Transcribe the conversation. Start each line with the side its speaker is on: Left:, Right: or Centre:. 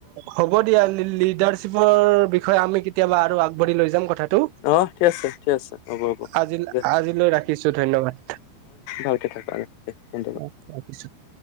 Right: হ'ব দিয়া লিডাৰশ্বিপৰ বিষয়ে আমি কেতিয়াবা আৰু আগবাঢ়ি লৈ যাম কথা টো
Left: অ ঠিক আছে ঠিক আছে হ'ব হ'ব
Right: আজি
Left: দে
Right: আজিলৈ ৰাখিছো, ধন্যবাদ।
Left: ভালকে থাকা আৰু ধন্যবাদ।
Right: <unintelligible>